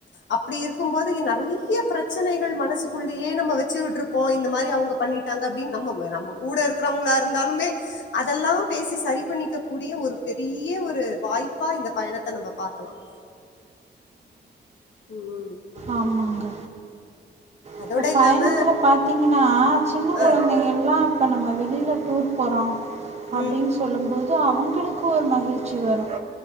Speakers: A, on the left (about 80°); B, on the right (about 35°).
A: அப்படி இருக்கும் போது நிறைய பிரச்சனைகள் மனசுக்குள்ளேயே நம்ம வச்சு விட்டு இருப்போம் இந்த மாதிரி அவங்க பண்ணிட்டாங்க அப்படின்னு நம்ம நம்ம கூட இருக்கிறவங்களா இருந்தாலுமே அதெல்லாம் பேசி சரி பண்ணிக்க கூடிய ஒரு பெரிய ஒரு வாய்ப்பா இந்த பயணத்தை நம்ம பாக்கலாம் உம்
B: ஆமாங்க
A: அதோட
B: இப்போ
A: இல்லாம
B: பயணத்தில்ல பார்த்தீங்கன்னா சின்ன குழந்தைங்கள்லாம்
A: ஆ
B: இப்போ நம்ம வெளியில் ூப் போறம் அப்படின்னு
A: ம்.
B: சொல்லும்போது அ அவங்களுக்கு ஒரு மகிழ்ச்சி வரும்